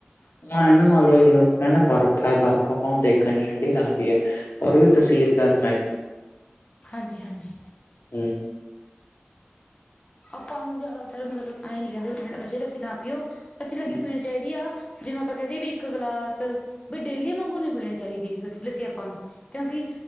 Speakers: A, on the left; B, on the left.
A: ਹੁਣ ਐਂ ਨਾ ਮੰਨ ਲੋ ਜਿਵੇਂ ਆਪਾਂ ਕਹਿੰਦੇ ਆ ਬਰਫ਼ ਹੈ, ਬਰਫ਼ ਆਪਾਂ ਹੁਣ ਦੇਖਣ ਚ ਠੰਢੀ ਲਗਦੀ ਹੈ ਪਰ ਉਹਦੀ ਤਸੀਰ ਗਰਮ ਹੈਗੀ।
B: ਹਾਂਜੀ- ਹਾਂਜੀ।
A: ਹੂੰ
B: ਆਪਾਂ ਹੰਝ ਜ਼ਿਆਦਾਤਰ ਮਤਲਬ ਏਂਈ ਨੀ ਕਹਿੰਦੇ ਵੀ ਠੰਡ ਚ ਕੱਚੀ ਲੱਸੀ ਨਾ ਪੀਓ, ਕੱਚੀ ਲਸੀ
A: ਹੂੰ
B: ਪੀਣੀ ਚਾਹੀਦੀ ਆ ਜਿਵੇਂ ਆਪਾਂ ਕਹਿੰਦੇ ਵੀ ਇੱਕ ਗਲਾਸ, ਵੀ ਡੇਲੀ ਮੰਗੋ, ਨਈ ਪੀਣੀ ਚਾਹੀਦੀ ਲੱਸੀ ਆਪਾਂ ਨੂੰ। ਕਿਉਂਕਿ